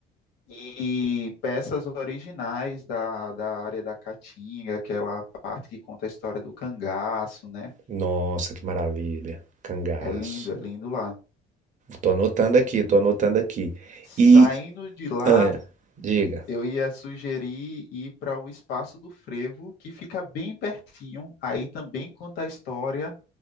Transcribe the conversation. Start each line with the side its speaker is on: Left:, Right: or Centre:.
Left: E peças originais da, da área da Caatinga, aquela parte que conta a história do cangaço, né?
Right: nossa, que maravilha. Cangaço.
Left: É lindo, é lindo lá.
Right: Tô anotando aqui, tô anotando aqui.
Left: Saindo
Right: E,
Left: de lá,
Right: ah, diga.
Left: eu ia sugerir ir para o Espaço do Frevo, que fica bem pertinho. Aí também conta a história